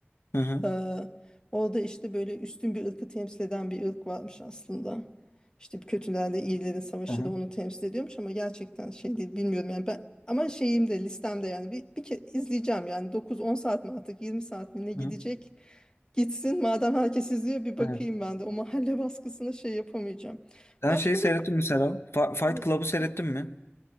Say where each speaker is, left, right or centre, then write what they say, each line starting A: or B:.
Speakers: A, on the left; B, on the left.
A: Hı hı.
B: Ee, orada işte böyle üstün bir ırkı temsil eden bir ırk varmış aslında. İşte kötülerle iyilerin savaşı
A: Aha.
B: da onu temsil ediyormuş ama gerçekten şey değil bilmiyorum yani ben ama şeyim de listemde yani bir, bir kere izleyeceğim yani 9-10 saat mi artık 20 saat mi ne gidecek
A: Hı hı.
B: gitsin madem herkes izliyor bir bakayım
A: Evet.
B: ben de o mahalle baskısına şey yapamayacağım.
A: Sen
B: Başka
A: şeyi seyrettin
B: da
A: mi Serap? Fa- Fight
B: ne-
A: Club'ı seyrettin mi?